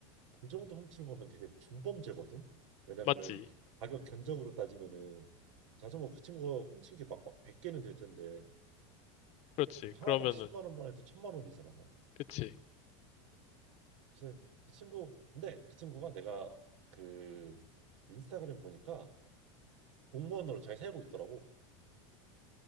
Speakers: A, on the right; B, on the left.
A: 그 정도 훔치는 거면 되게 중범죄거든 왜냐면은
B: 맞지?
A: 가격 견적으로 따지면은 자전거 그 친구가 훔친 게 막 막 100개는 될 텐데
B: 그렇지.
A: 그럼
B: 그러면은,
A: 하나당 10만 원만 해도 천만 원이잖아
B: 그치.
A: 그래서 그 친구 근데 그 친구가 내가 그 인스타그램 보니까 공무원으로 잘 살고 있더라고